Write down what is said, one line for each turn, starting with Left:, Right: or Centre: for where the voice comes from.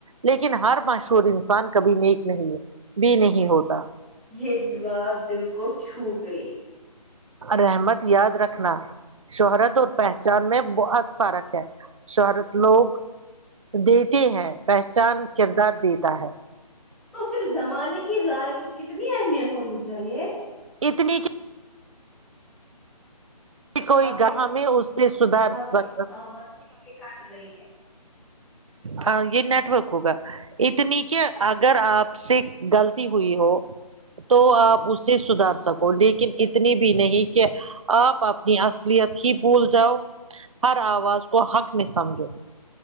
Right: لیکن ہر مشہور انسان کبھی نیک نہیں ہے بھی نہیں ہوتا
Centre: یہ ایک بات دل کو چھو گئی
Right: رحمت یاد رکھنا شہرت اور پہچان میں بہت فرق ہے شہرت لوگ دیتے ہیں پہچان کردار دیتا ہے
Centre: تو پھر زمانے کی رائے کی کتنی اہمیت ہونی چاہیے
Right: اتنی کہ کوئی
Centre: آپ کی
Right: گاہ ہمیں اس سے سدھار
Centre: آپ
Right: سک
Centre: کی آواز دھیرے کاٹ رہی ہے
Right: ہاں یہ نٹ ورک ہوگا اتنی کہ اگر آپ سے غلطی ہوئی ہو تو آپ اسے سدھار سکو لیکن اتنی بھی نہیں کہ آپ اپنی اصلیت ہی بھول جاؤ ہر آواز کو حق میں سمجھو